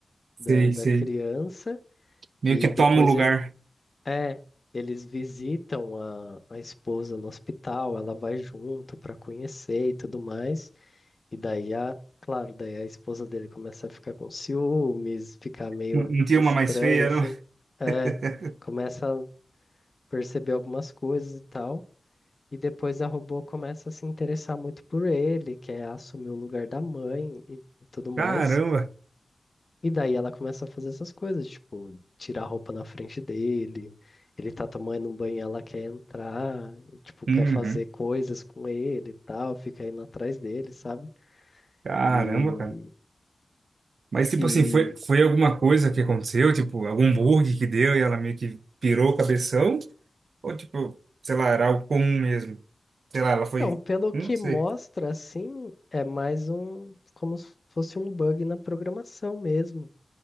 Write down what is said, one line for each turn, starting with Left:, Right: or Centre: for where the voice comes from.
Right: Sei,
Left: da, da
Right: sei.
Left: criança,
Right: Meio
Left: e
Right: que toma
Left: depois
Right: o lugar.
Left: ele, é, eles visitam a, a esposa no hospital, ela vai junto para conhecer e tudo mais, e daí a, claro, daí a esposa dele começa a ficar com ciúmes, ficar meio
Right: Não, não tinha
Left: estranha,
Right: uma mais feia,
Left: assim,
Right: não? <laughs>
Left: é, começa a perceber algumas coisas e tal. E depois a robô começa a se interessar muito por ele, quer assumir o lugar da mãe e e tudo mais.
Right: Caramba.
Left: E daí ela começa a fazer essas coisas, tipo, tirar a roupa na frente dele, ele tá tomando um banho, ela quer entrar, e, tipo,
Right: Uhum.
Left: quer fazer coisas com ele e tal, fica indo atrás dele, sabe?
Right: Caramba,
Left: E,
Right: cara. Mas, tipo
Left: e
Right: assim, foi, foi alguma coisa que aconteceu? Tipo, algum bug que deu e ela meio que pirou o cabeção? Ou, tipo, sei lá, era algo comum mesmo? Sei lá, ela foi.
Left: então, pelo
Right: Não
Left: que
Right: sei.
Left: mostra, assim, é mais um, como se fosse um bug na programação mesmo.